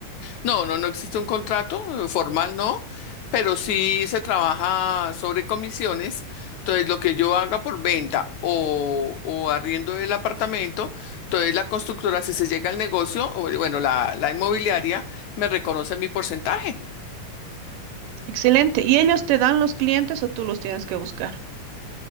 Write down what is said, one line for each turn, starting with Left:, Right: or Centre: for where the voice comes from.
Left: No, no, no existe un contrato eh, formal, no, pero sí se trabaja sobre comisiones. Entonces, lo que yo haga por venta o, o arriendo del apartamento, entonces la constructora, si se llega al negocio, o bueno, la, la inmobiliaria me reconoce mi porcentaje.
Right: Excelente. ¿Y ellos te dan los clientes o tú los tienes que buscar?